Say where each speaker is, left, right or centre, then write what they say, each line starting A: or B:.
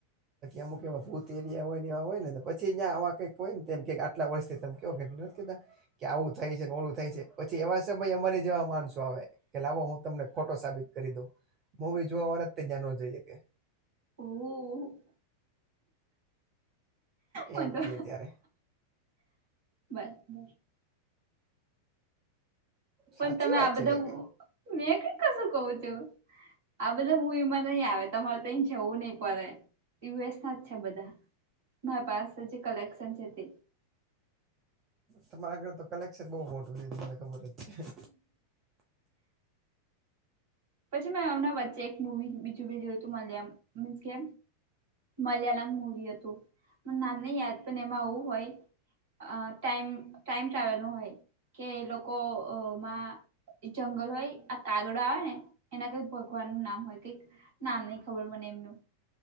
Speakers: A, on the right (about 35°); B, on the right (about 55°).
A: અમુક એવા ભૂત એરિયા હોયને, હોયને પછીવા કઈક હોયને તેમ કે કેટલા વર્ષથી તમે કયો કે નથી, કેતા કે આવું થાય છે. મોળું થાય છે પછી એવા છે, ભાઈ અમારી જેવા માણસો આવે કે લાવો હું તમને ખોટો સાબિત કરી દઉં મૂવી જોવા વાળા ત્યાં નો જઈ શકે
B: ઓ મ
A: એમ
B: તો
A: છે ત્યારે
B: બસ પણ
A: સાચી
B: તમે
A: વાત
B: આ બધા
A: છે એટલે કે
B: મેં કઈ કશું કઉં છું. આ બધા મૂવીમાં નહી આવે તમારે તો એ જવું નહી પડે. યુએસ ના જ છે બધા મારા પાસે જે કલેક્શન છે તે
A: તમારા ઘર તો કલેક્શન બહુ મોટું છે તમને ખબર જ છે.
B: પછી મેં એમના વચ્ચે એક મુવી બીજું બી જોયું હતું મને મીન્સ કે મલયાલમ મુવી હતુ પણ નામને યાદ પણ એમાં આવું હોય. આ ટાઈમ ટાઈમ ટ્રાવેલ નું હોય. કે એ લોકો માં જંગલ હોય આ કાગડો આવે ને એના કઈક ભગવાન નુ નામ હોય કઈક નામ નહી ખબર મને એમનુ